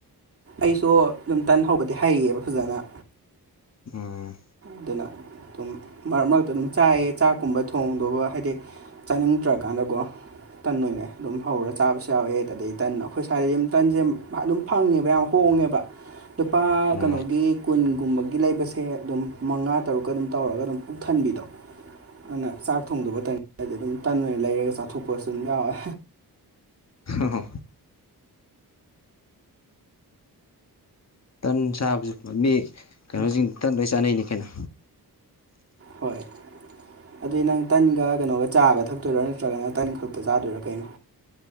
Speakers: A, on the right; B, on the left.
A: ꯑꯩꯁꯨ ꯑꯗꯨꯝ ꯇꯟ ꯍꯧꯕꯗꯤ ꯍꯩꯌꯦꯕ ꯐꯖꯅ
B: ꯎꯝ
A: ꯑꯗꯨꯅ ꯑꯗꯨꯝ ꯃꯔꯛ ꯃꯔꯛꯇ ꯑꯗꯨꯝ ꯆꯥꯏꯌꯦ ꯆꯥꯛꯀꯨꯝꯕ ꯊꯣꯡꯗꯧꯕ ꯍꯥꯏꯗꯤ ꯆꯥꯅꯤꯡꯗ꯭ꯔꯀꯥꯟꯗꯀꯣ ꯇꯟ ꯑꯣꯏꯅ ꯑꯗꯨꯝ ꯍꯧꯔꯒ ꯆꯥꯕꯁꯨ ꯌꯥꯎꯋꯦ ꯑꯗꯩ ꯇꯟ ꯑꯩꯈꯣꯏ ꯁ꯭ꯋꯥꯏꯗꯗꯤ ꯑꯗꯨꯝ ꯇꯟꯁꯦ ꯑꯗꯨꯝ ꯐꯪꯉꯦꯕ ꯌꯥꯝ ꯍꯣꯡꯉꯦꯕ ꯂꯨꯄꯥ
B: ꯎꯝ
A: ꯀꯩꯅꯣꯒꯤ ꯀꯨꯟꯒꯨꯝꯕꯒꯤ ꯂꯩꯕꯁꯦ ꯑꯗꯨꯝ ꯃꯉꯥ ꯇꯔꯨꯛꯀ ꯑꯗꯨꯝ ꯇꯧꯔꯒ ꯑꯗꯨꯝ ꯄꯨꯡꯊꯟꯕꯤꯗꯣ ꯑꯗꯨꯅ ꯆꯥꯛ ꯊꯣꯡꯗꯕ ꯃꯇꯝꯗꯗꯤ ꯑꯗꯨꯝ ꯇꯟ ꯑꯣꯏꯅ ꯂꯩꯔꯒ ꯆꯥꯊꯣꯛꯄꯁꯨ ꯑꯗꯨꯝ ꯌꯥꯎꯋꯦ
B: ꯍ ꯍꯣ ꯇꯟ ꯁꯥꯕꯁꯨ ꯃꯤ ꯀꯩꯅꯣꯁꯤꯡ ꯇꯟ ꯂꯣꯏ ꯆꯥꯅꯩꯅꯤ ꯀꯩꯅꯣ
A: ꯍꯣꯏ ꯑꯗꯨꯩ ꯅꯪ ꯇꯟꯒ ꯀꯩꯅꯣꯒ ꯆꯥꯒ ꯊꯛꯇꯣꯏꯔꯣ ꯅꯠꯇ꯭ꯔꯒ ꯅꯪ ꯇꯟ ꯈꯛꯇ ꯆꯥꯗꯣꯏꯔꯥ ꯀꯩꯅꯣ